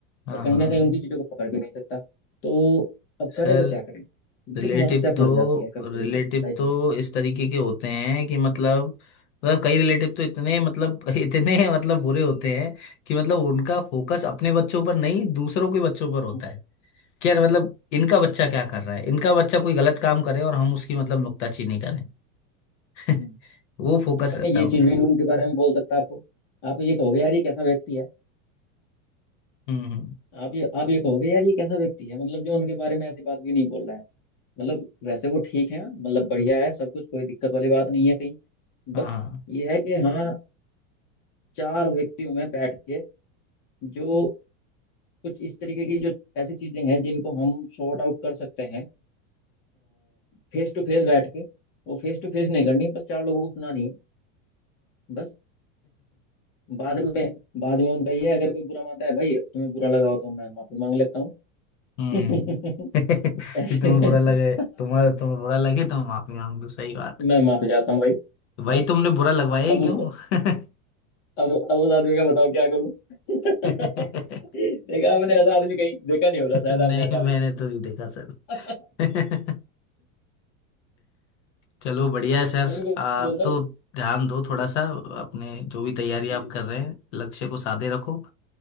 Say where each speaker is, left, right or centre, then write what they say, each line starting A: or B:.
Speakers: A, on the left; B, on the left.
A: हाँ
B: और कहीं
A: हाँ
B: ना
A: हाँ।
B: कहीं उनकी चीजों को पकड़ भी नहीं सकता तो अब
A: सर
B: करें तो क्या करें
A: रिलेटिव
B: ये समस्या फंस
A: तो
B: जाती है कभी कभी
A: रिलेटिव
B: ना लाइफ
A: तो
B: में
A: इस तरीके के होते हैं कि मतलब मतलब कई रिलेटिव तो इतने मतलब <laughs> इतने मतलब बुरे होते हैं कि मतलब उनका फोकस अपने बच्चों पर नहीं दूसरों के बच्चों पर होता
B: हम्म,
A: है क्या मतलब इनका बच्चा क्या कर रहा है इनका बच्चा कोई गलत काम करे और हम उसकी मतलब नुक्ताचीनी करें <laughs>
B: हम्म।
A: वो फोकस
B: अच्छा
A: रहता
B: मैं ये
A: है उनका
B: चीज भी नहीं उनके बारे में बोल सकता आपको आप ये कहोगे यार ये कैसा व्यक्ति है
A: हम्म हम्म
B: आप ये आप ये कहोगे यार ये कैसा व्यक्ति है मतलब जो उनके बारे में ऐसी बात भी नहीं बोल रहा है मतलब वैसे वो ठीक है मतलब बढ़िया है सब कुछ कोई दिक्कत वाली बात नहीं है कहीं
A: हाँ
B: बस
A: <laughs> हाँ।
B: ये है कि हाँ चार व्यक्तियों में बैठ के जो कुछ इस तरीके की जो ऐसी चीजें हैं जिनको हम सॉर्ट आउट कर सकते हैं फेस टू फेस बैठ के वो फेस टू फेस नहीं करनी बस चार लोगों को सुनानी है बस बाद में बाद में उनका ये है अगर कोई बुरा मानता है भाई तुम्हें बुरा लगा हो तो मैं माफी मांग लेता हूँ
A: हम्म
B: <laughs>
A: <laughs> कि
B: ऐसे
A: तुम्हें बुरा लगे
B: <laughs>
A: तुम्हारा तुम्हें बुरा लगे तो माफी मांग लो सही बात
B: मैं माफी चाहता हूँ भाई
A: है। भाई
B: हाँ,
A: तुमने बुरा लगवाया ही
B: अब
A: क्यों
B: उस
A: <laughs>
B: अब अब उस आदमी का बताओ क्या करूँ <laughs>
A: <laughs> नहीं
B: देखा आपने ऐसा आदमी कहीं देखा नहीं होगा
A: मैंने
B: शायद आपने ऐसा आदमी
A: तो नहीं देखा सर
B: <laughs>
A: <laughs> चलो बढ़िया है सर
B: मैं उनको
A: आप
B: बोलता
A: तो
B: हूँ
A: ध्यान दो थोड़ा सा अपने जो भी तैयारी
B: जी
A: आप कर रहे हैं लक्ष्य को साधे रखो